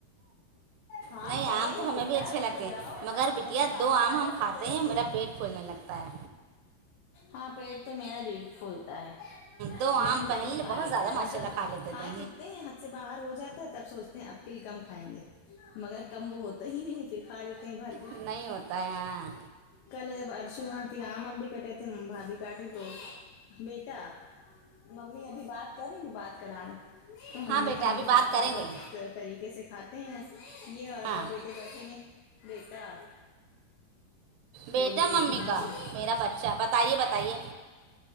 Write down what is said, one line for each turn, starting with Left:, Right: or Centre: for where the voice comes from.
Left: ہاں
Right: نہیں
Left: چلیں
Right: آم
Left: گے
Right: تو ہمیں
Left: بیٹا
Right: بھی اچھے
Left: رک
Right: لگتے
Left: تو
Right: ہیں
Left: جاؤ
Right: مگر
Left: شام
Right: بٹیا
Left: ہو جائے پاپا
Right: دو آم
Left: آ جائے
Right: ہم کھاتے
Left: پھر چلیں
Right: ہیں
Left: گے
Right: میرا پیٹ پھولنے لگتا ہے
Left: ہاں پیٹ تو میرا بھ ی پھولتا ہے
Right: دو آم
Left: لیکن
Right: پہلے
Left: تب بھی کھا
Right: بہت
Left: لیتے
Right: زیادہ
Left: ہیں
Right: ماشاء
Left: اور جب
Right: اللہ لیتے
Left: کھا
Right: تھے
Left: چکتے ہیں ہ سے باہر ہو جاتا ہے تب سوچتے ہیں اب کل کم کھائیں گے مگر کم وہ ہوتا ہی نہیں ہے پھر کھا لیتے ہیں بھر کے
Right: نہیں ہوتا ہے ہاں
Left: کل جب ارشو وہاں پھر آم ام بھی کٹے تھے بھ بھی کاٹے تو بیٹا ممی ابھی بات کر رہی بات کرار تو ہم
Right: ہاں
Left: نے
Right: بیٹا
Left: کہا ان
Right: ابھی
Left: کے
Right: بات
Left: پاپا
Right: کریں
Left: بہت
Right: گے
Left: طریقے سے کھات ہیں یہ اور ابا
Right: ہاں
Left: بیٹے بیٹھیں گے بیٹا
Right: بیٹا
Left: بولیے
Right: ممی کا
Left: سن
Right: میرا بچہ بتائیے بتائیے